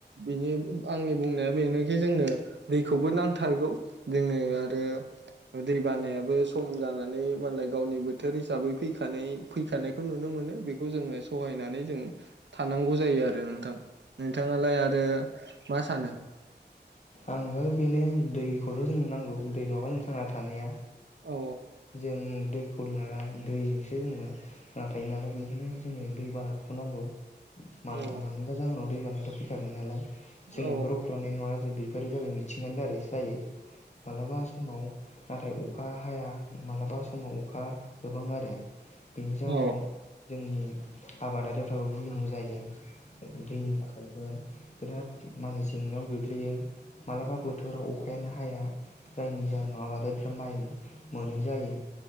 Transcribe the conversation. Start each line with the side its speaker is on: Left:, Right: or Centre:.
Right: बिनि आंनि बुंनाया बेनोखि जोंनो दैखौबो नांथारगौ जोंनो आरो दै बानायाबो सम जानानै मालाय गावनिबो बोथोर हिसाबै फैखानाय फैखानायखौ नुनो मोनो बेखौ जोङो सहायनानै जों थानांगौ जायो आरो नोंथां नोंथाङालाय आरो मा सानो?
Left: आंनोबा बेनो दैखौथ जोंनो नांगौ दै नङाबा जों थांना थानाया
Right: औ
Left: जों दैखौ लोंनाया दैजोंसो जोङो नाथाय नालाय बेनिखायनो जोंनो दै बानाखौनांगौ मा
Right: औ
Left: मानिबा जाहोनाव दै बानायाथ फैखागोन नालाय
Right: औ
Left: जों
Right: औ
Left: बेफोरखौ खालामनाय नङा जों बे बेफोरो जाबाय मिथिंगानि दारै जायो मालाबा समाव नाथाय अखा हाया मालाबा समाव अखा गोबां आरो बेनि जाउनाव
Right: औ
Left: जोंनि आबादारिफ्राबो भुगिनांगौ जायो दैनि थाखायबो बिराद माने जेंनायाव गोग्लैयो माबलाबा बोथोराव अखायानो हाया जायनि जाहोनाव आबादारिफ्रा माइ मोनै जायो